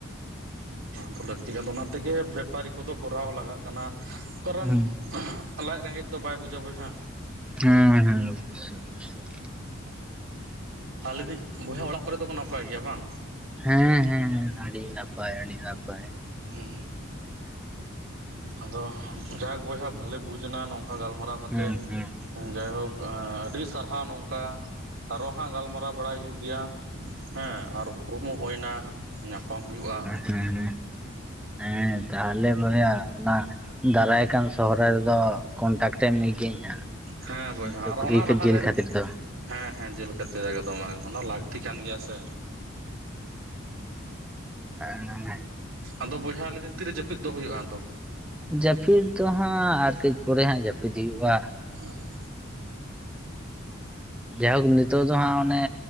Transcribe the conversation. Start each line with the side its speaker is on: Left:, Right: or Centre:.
Right: ᱚᱱᱟ ᱫᱚ ᱞᱟᱹᱠᱛᱤ ᱟᱫᱚ ᱚᱱᱟ ᱛᱮᱜᱮ ᱵᱮᱯᱟᱨᱤ ᱠᱚᱫᱚ ᱠᱚᱨᱟᱣ ᱦᱚᱸ ᱞᱟᱜᱟᱜ ᱠᱟᱱᱟ ᱠᱟᱨᱚᱱ
Centre: ᱦᱩᱸ
Right: ᱞᱟᱡ ᱨᱮᱸᱜᱮᱡ ᱫᱚ ᱵᱟᱭ ᱵᱩᱡᱟ ᱵᱚᱭᱦᱟ
Centre: ᱦᱮᱸ ᱦᱮᱸ ᱳᱵᱳᱥᱳᱭ ᱳᱵᱳᱥᱳᱭ
Right: ᱟᱨ ᱞᱟᱹᱫᱤᱧ ᱵᱚᱭᱦᱟ ᱚᱲᱟᱜ ᱠᱚᱨᱮ ᱫᱚ ᱱᱟᱯᱟᱭ ᱜᱮᱭᱟ ᱵᱟᱝ
Centre: ᱦᱮᱸ ᱦᱮᱸ ᱟᱹᱰᱤ ᱱᱟᱯᱟᱭ ᱟᱹᱰᱤ ᱱᱟᱯᱟᱭ
Right: ᱦᱩᱸ ᱟᱫᱚ ᱡᱟᱠ ᱵᱚᱭᱦᱟ ᱵᱷᱟᱞᱤ ᱵᱩᱡᱽ ᱱᱟ ᱱᱚᱝᱠᱟ ᱜᱟᱞᱢᱟᱨᱟᱣ ᱠᱟᱛᱮᱫ
Centre: ᱦᱮᱸ ᱦᱮᱸ
Right: ᱡᱟᱭᱦᱳᱠ ᱟᱹᱰᱤ ᱥᱟᱨᱦᱟᱣ ᱱᱚᱝᱠᱟ ᱟᱨᱚ ᱦᱟᱸᱜ ᱜᱟᱞᱢᱟᱨᱟᱣ ᱵᱟᱲᱟᱭ ᱦᱩᱭᱩᱜ ᱜᱮᱭᱟ ᱦᱮᱸ ᱟᱨ ᱩᱯᱨᱩᱢ ᱦᱚᱸ ᱦᱩᱭᱮᱱᱟ ᱧᱟᱯᱟᱢ ᱦᱩᱭᱩᱟ
Centre: ᱦᱮᱸ ᱦᱮᱸ ᱛᱟᱦᱞᱮ ᱵᱚᱭᱟ ᱚᱱᱟ ᱫᱟᱨᱟᱭ ᱠᱟᱱ ᱥᱚᱦᱚᱨᱟᱭ ᱨᱮᱫᱚ ᱠᱚᱱᱴᱟᱠᱴᱮ ᱢᱮ ᱜᱤᱭᱟᱹᱧ ᱦᱟᱸᱜ
Right: ᱦᱮᱸ ᱵᱚᱭᱦᱟ
Centre: ᱥᱩᱠᱨᱤ
Right: ᱟᱨ ᱚᱱᱟ ᱞᱟᱦᱟᱨᱮ
Centre: ᱡᱤᱞ ᱠᱷᱟᱹᱛᱤᱨ ᱫᱚ
Right: ᱦᱮᱸ ᱦᱮᱸ ᱡᱮᱞ <unintelligible> ᱮᱠᱫᱚᱢ ᱚᱱᱟ ᱞᱟᱹᱠᱛᱤ ᱠᱟᱱ ᱜᱮᱭᱟ ᱥᱮ
Centre: ᱦᱮᱸ
Right: ᱟᱫᱚ ᱵᱚᱭᱦᱟ ᱞᱮᱫᱤᱧ ᱛᱤᱨᱮ ᱡᱟᱹᱯᱤᱫ ᱫᱚ ᱦᱩᱭᱩᱜᱼᱟ ᱟᱫᱚ
Centre: ᱡᱟᱹᱯᱤᱫ ᱫᱚ ᱦᱟᱸᱜ ᱟᱨ ᱠᱟᱹᱡ ᱯᱚᱨᱮ ᱦᱟᱸᱜ ᱡᱟᱹᱯᱤᱫᱽ ᱦᱩᱭᱩᱟ
Right: <inaudible>
Centre: ᱡᱟᱦᱳᱠ ᱱᱤᱛᱚᱜ ᱫᱚ ᱦᱟᱸᱜ ᱚᱱᱮ